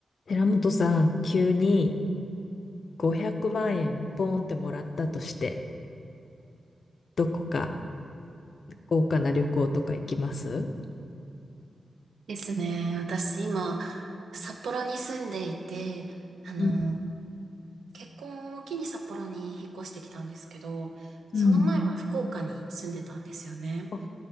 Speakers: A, on the left; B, on the right.
A: 寺本さん、急に500万円ポーンってもらったとして、どこか豪華な旅行とか行きます
B: ですね。私今、札幌に住んでいて、あの、
A: うん。
B: 結婚を機に札幌に引っ越してきたんですけど、
A: うん
B: その前は福岡に住んでたんですよね。
A: あ、